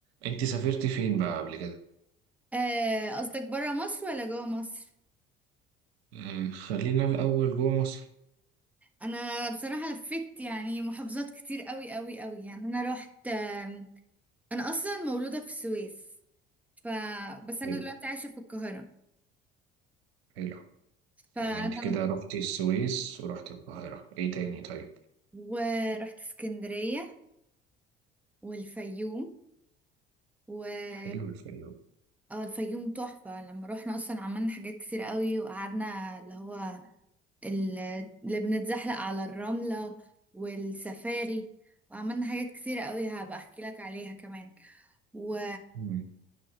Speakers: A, on the right (about 75°); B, in the centre.
A: انت سافرتي فين بقى قبل كده
B: آه، قصدك برا مصر ولا جوا مصر
A: آه، خلينا الاول جوه مصر
B: انا بصراحة لفيت يعني محافظات كتير قوي قوي قوي يعني انا رحت آم، انا اصلا مولودة في السويس ف بس انا
A: حلو
B: دلوقتي عايشة في القاهرة
A: حلو
B: فانا
A: يعني انت كده رحتي السويس ورحتي القاهره ايه تاني طيب
B: ورحت اسكندرية والفيوم و
A: حلو الفيوم
B: اه الفيوم تحفة لما روحنا اصلا عملنا حاجات كتير قوي وقعدنا اللي هو ال- اللي بنتزحلق على الرملة والسفاري وعملنا حاجات كتير قوي هبقى احكي لك عليها كمان و
A: مم،